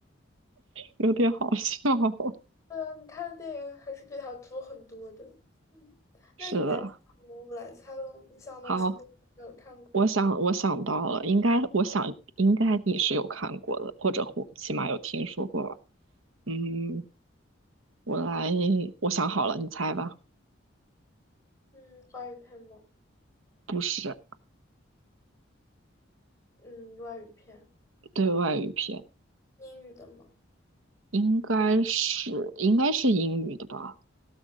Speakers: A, on the right; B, on the left.
A: 有点好笑。<laughs>
B: <laughs> 对啊，你看的电影还是比他多很多的。嗯，
A: 是的，
B: 那你拿《小蘑菇》来猜喽，你想的说不定没有看过。
A: 好，我想我想到了，应该我想应该你是有看过的，或者或起码有听说过吧。嗯，我来，我想好了，你猜吧。
B: 嗯，华语片吗？
A: 不是
B: 嗯，外语片，
A: 对外语片，
B: 英语的吗？
A: 应该是应该是英语的吧。